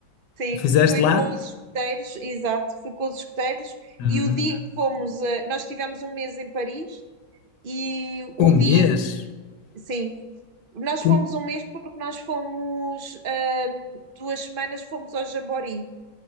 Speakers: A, on the right; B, on the left.
A: Sim,
B: Fizeste
A: fui
B: lá?
A: com os escuteiros, exato, fui com os escuteiros
B: Hum.
A: e o dia em que fomos, a- nós tivemos um mês em Paris e o
B: Um mês?
A: dia em que, sim, nós
B: Como?
A: fomos um mês porque nós fomos, ahm, duas semanas fomos ao Jamboree,